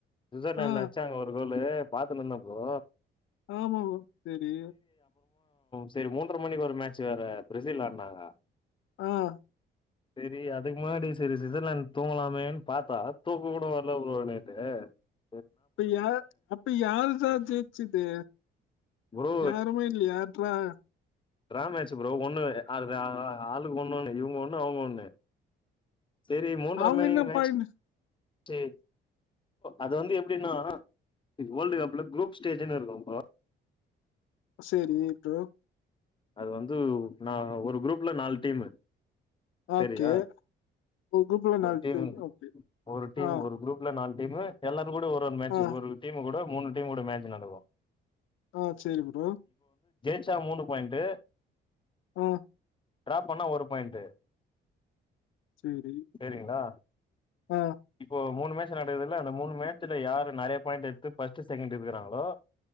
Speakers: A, on the left; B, on the left.
A: சுவிட்சர்லாந்து
B: ஆ
A: அடிச்சாங்க ஒரு கோல் <unintelligible> பாத்துன்னுருந்தேன் ப்ரோ
B: ஆமாமா சரி
A: சரி மூன்றரை மணிக்கு ஒரு மேட்ச் வேற பிரசில் ஆடுனாங்க
B: ஆஹ்
A: செரி அதுக்கு முன்னாடி செரி ஸ்விச்ர்லண்ட் தூங்கலாமேன்னு பாத்தா தூக்க கூட வரல ப்ரோ ட
B: இப்ப யா அப்ப யாரு சார் ஜெயிச்சுது
A: ப்ரோ
B: யாருமே இல்லியா <unintelligible>
A: ட்ரா மேட்ச் ப்ரோ ஒண்ணு அது ஆளுக்கு ஒண்ண ஒண்ணு இவுங்க ஒண்ணு அவுங்க ஒண்ணு சரி மூன்றரை
B: அவங்க
A: மணி
B: என்ன
A: மேட்ச்
B: பாயிண்ட்
A: செரி அது வந்து எப்படின்னா இது வேர்ல்டு கப்ல குரூப் ஸ்டேஜ்ன்னு இருக்கும்னு ப்ரோ
B: செரி ப்ரோ
A: அது வந்து நா ஒரு குரூப்ல நாலு டீமு சரியா
B: ஓகே ஒரு குரூப்ல
A: ஒரு
B: நாலு
A: டீம்
B: பேர் ஓகே
A: ஒரு டீம்
B: ஆ
A: ஒரு குரூப்ல நாலு டீம் எல்லாத் கூட ஒரு ஒரு மேட்சு
B: ஆ
A: ஒரு டீம் கூட மூணு டீமோட ஒரு மேட்ச் நடக்கோ
B: ஆ சரி ப்ரோ
A: ச்சா மூணு பாய்ன்ட்டு
B: ம்
A: டராப் பண்ணா ஒரு பாயிண்டு
B: சரி
A: சரிங்களா
B: ஆ
A: இப்போ மூணு மேட்சு நடக்குதுல அந்த மூணு மேட்சுல யாரு நறையா பாயிண்ட் எடுத்து பர்ஸ்ட்டு செகண்டு எடுக்குறாங்களோ